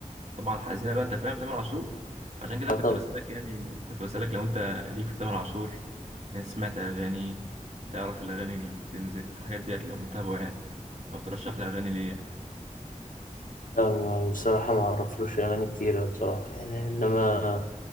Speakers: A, on the right; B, on the left.
A: طبعا حزينه بقى انت فاهم تامر عاشور فعشان كده
B: أه
A: كنت
B: طب
A: بسالك يعني كنت بسالك لو انت ليك في تامر عاشور يعني سمعت اغاني تعرف الاغاني اللي بتنزل الحاجات ديت لو متابعه يعني لو ترشح لي اغاني ليه يعني
B: لا ما- بصراحة ما أعرفلوش أغاني كتيرة بصراحة يعني إنما